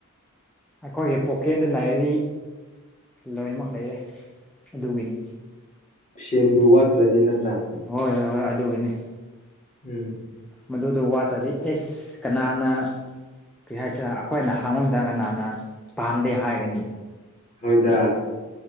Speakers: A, in the centre; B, on the left.
A: ꯑꯩꯈꯣꯏꯒꯤ ꯄꯣꯛꯀꯦꯠꯇ ꯂꯥꯏꯔꯤꯦꯔꯤ ꯂꯣꯏꯅꯃꯛ ꯂꯩꯔꯦ ꯑꯗꯨꯒꯤꯅꯤ
B: ꯁꯦꯕꯨ ꯋꯥꯇ꯭ꯔꯗꯤꯤꯟꯗ꯭ꯔꯥ
A: ꯍꯣꯏ ꯍꯣꯏ ꯍꯣꯏ ꯑꯗꯨꯒꯤꯅꯦ
B: ꯎꯝ
A: ꯃꯗꯨꯗꯣ ꯋꯥꯠꯇ꯭ꯔꯗꯤ ꯑꯦꯁ ꯀꯅꯥꯅ ꯀꯩ ꯍꯥꯏꯁꯤꯅ ꯑꯩꯈꯣꯏꯅ ꯍꯥꯡꯕ ꯃꯇꯝꯗ ꯅꯥꯟꯅ ꯄꯥꯝꯗꯦ ꯍꯥꯏꯒꯅꯤ
B: ꯍꯣꯏꯗ